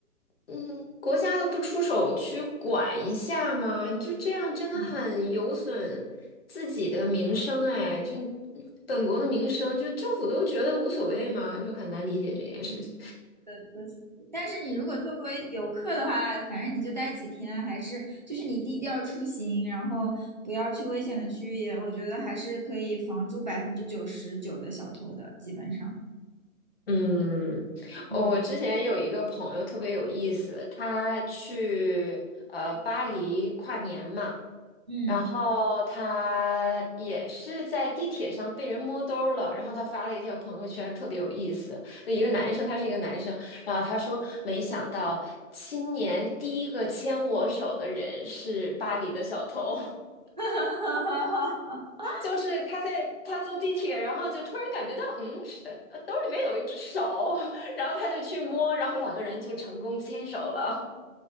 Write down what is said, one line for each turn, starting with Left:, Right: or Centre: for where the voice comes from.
Left: 嗯，国家都不出手去管一下嘛，就这样真的很有损自己的名声哎，
Right: 嗯，
Left: 就本国的名声，
Right: 对。
Left: 就政府都觉得无所谓嘛，就很难理解这件事情。
Right: 嗯。的车型但是你如果作为游客的话，反正你就待几天，还是就是你低调出行，然后不要去危险的区域，我觉得还是可以防住百分之九十九的小偷的，基本上。
Left: 嗯，我之前有一个朋友特别有意思，
Right: 嗯
Left: 他去呃巴黎跨年嘛，
Right: 嗯，
Left: 然后他也是在地铁上被人摸兜儿了，然后他发了一条朋友圈，特别有意思。那一个男生，他是一个男生，然后他说：“没想到今年第一个牵我手的人是巴黎的小偷。<laughs>”
Right: <laughs>
Left: 就是他在他坐地铁，然后就突然感觉到，嗯，是呃兜里面有一只手，然后他就去摸，然后两个人就成功牵手了。